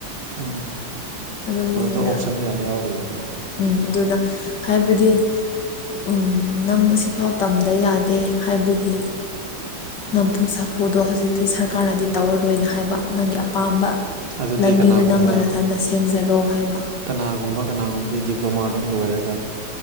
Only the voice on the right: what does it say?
ꯎꯝ
ꯑꯗꯨꯗ ꯑꯣꯞꯁꯟ ꯌꯥꯝ ꯌꯥꯎꯔꯤꯕꯀꯣ
ꯑꯗꯨꯗꯤ
ꯀꯅꯥꯒꯨꯝꯕ
ꯀꯅꯥꯒꯨꯝꯕ ꯀꯅꯥꯒꯨꯝꯕꯕꯤ ꯗꯤꯄ꯭ꯂꯣꯃꯥꯗꯪ ꯂꯣꯏꯔꯒ